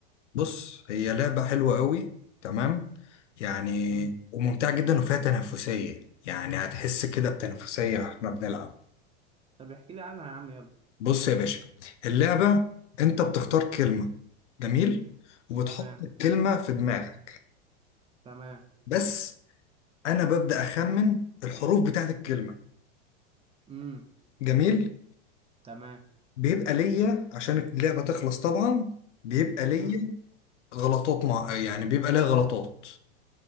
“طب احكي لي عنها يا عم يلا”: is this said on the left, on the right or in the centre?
Right